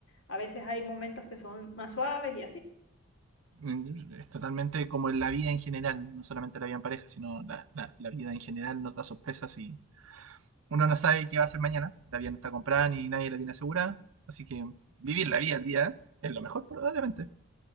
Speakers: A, on the left; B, on the right.
A: A veces hay momentos que son más suaves y así.
B: Mm, Es totalmente como en la vida en general, no solamente la vida en pareja, sino la, la- la vida en general nos da sorpresas y uno no sabe qué va a hacer mañana. La vida no está comprada ni nadie la tiene asegurada. Así que vivir la vida al día es lo mejor probablemente.